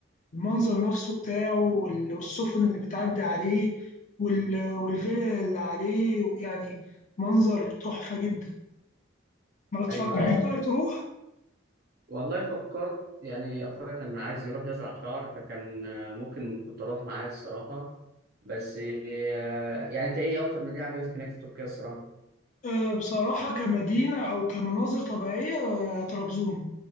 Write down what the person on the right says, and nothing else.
أيوه أيوه
والله فكرت يعني أخويا كان عايز يروح يزرع شعر فكان آه، ممكن كنت أروح معاه الصراحة بس آه، يعني أنت إيه أكتر مدينة عجبتك هناك في تركيا الصراحة؟